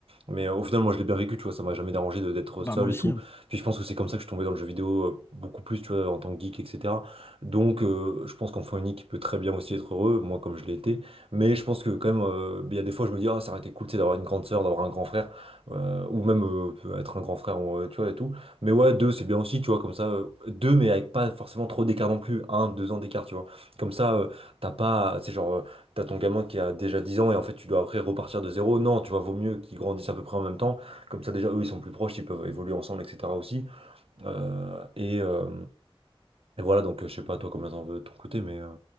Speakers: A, on the right (about 80°); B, on the left (about 25°).
A: Mais euh, au final, moi, je l'ai bien vécu, tu vois, ça m'a jamais dérangé de- d'être
B: Ah
A: seul
B: bah moi aussi.
A: et tout.
B: hein.
A: Puis je pense que c'est comme ça que je suis tombé dans le jeu vidéo euh, beaucoup plus, tu vois, en tant que geek, etc. Donc, euh, je pense qu'enfant unique, il peut très bien aussi être heureux, moi, comme je l'ai été. Mais je pense que quand même, euh, il y a des fois, je me dis, ah, ça aurait été cool, tu sais, d'avoir une grande sœur, d'avoir un grand frère, euh, ou même euh, être un grand frère, euh, tu vois, et tout. Mais ouais, deux, c'est bien aussi, tu vois, comme ça, euh, deux, mais avec pas forcément trop d'écart non plus, un, deux ans d'écart, tu vois. Comme ça, euh, t'as pas, c'est genre. euh, T'as ton gamin qui a déjà 10 ans et en fait tu dois après repartir de zéro. Non, tu vois, vaut mieux qu'ils grandissent à peu près en même temps. Comme ça déjà eux ils sont plus proches, ils peuvent évoluer ensemble, etc. aussi. Euh, et, euh, et voilà, donc euh, je sais pas toi combien t'en veux de ton côté, mais euh,